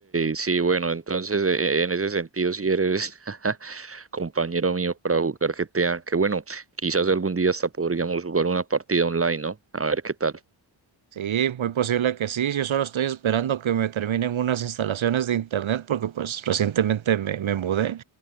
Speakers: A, on the right; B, on the right.
A: sí, bueno, entonces e- e, en ese sentido si eres <laughs> compañero mío para jugar GTA, que bueno, quizás algún día hasta podríamos jugar una partida online, ¿no? A ver qué tal.
B: Sí, muy posible que sí. Yo solo estoy esperando que me terminen unas instalaciones de internet porque pues recientemente me, me mudé.